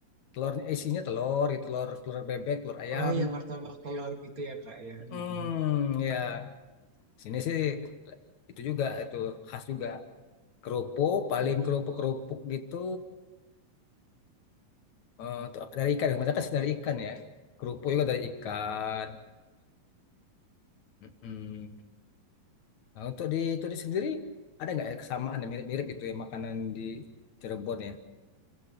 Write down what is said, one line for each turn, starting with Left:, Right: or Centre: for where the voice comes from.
Left: telurnya isinya telur gitu, telur telur bebek, telur ayam.
Right: Oh iya martabak telur gitu ya Kak ya.
Left: Hmm,
Right: Mm-mm.
Left: ya. Sini sih itu juga itu khas juga kerupuk, paling
Right: Mm-mm.
Left: kerupuk kerupuk gitu eh, tuh dari ikan. Kebanyakan sih dari ikan ya. Kerupuk juga dari ikan. Mm-mm. Nah untuk di itu di sendiri ada nggak ya kesamaan yang mirip-mirip gitu ya makanan di Cirebon ya?